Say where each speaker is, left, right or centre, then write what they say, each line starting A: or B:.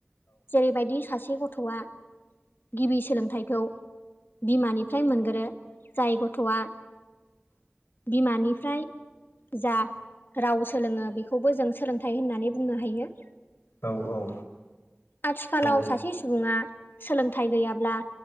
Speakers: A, on the left; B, on the left.
A: बेबायदि सासे गथ'आ गिबि सोलोंथाइखौ बिमानिफ्राय मोनगोरो जाय गथ'आ बिमानिफ्राय जा राव सोलोङो बेखौबो जों सोलोंथाइ होननानै बुंनो हायो
B: औ औ
A: आथिखालाव
B: नंगौ
A: सासे सुबुङा सोलोंथाइ गैयाब्ला